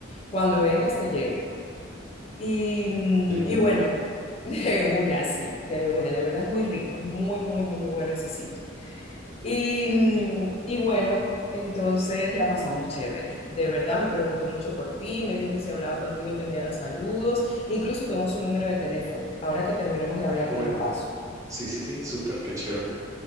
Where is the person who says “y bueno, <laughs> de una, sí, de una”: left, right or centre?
Left